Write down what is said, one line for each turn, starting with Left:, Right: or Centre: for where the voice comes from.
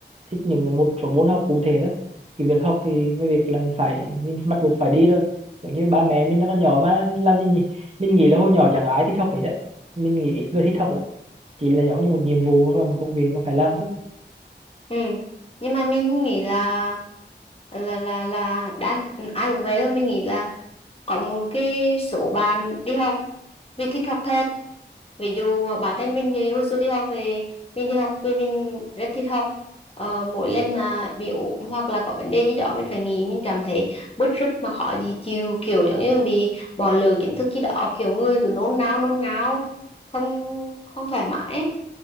Right: thích những một số môn học cụ thể thôi cái việc học thì cái việc làm phải mình bắt buộc phải đi thôi giống như ba mẹ mình nó còn nhỏ mà làm gì nhỉ mình nghĩ là hồi nhỏ chẳng ai thích học hết á mình nghĩ ít người thích học lắm chỉ là giống như một nhiệm vụ hoặc là một công việc mà phải làm thôi
Left: Ừ. Nhưng mà mình nghĩ là là là là đã ai cũng vậy rồi mình nghĩ là có một cái số bạn đi học vì thích học thật ví dụ ờ, bản thân mình thì hồi xưa đi học thì mình đi học vì mình rất thích học ờ, mỗi lần mà bị ốm hoặc là có vấn đề gì đó mình phải nghỉ mình cảm thấy bứt rứt mà khó gì chịu kiểu giống như bị bỏ lỡ kiến thức gì đó kiểu người cứ nôn nao nôn nao không không thoải mái ấy.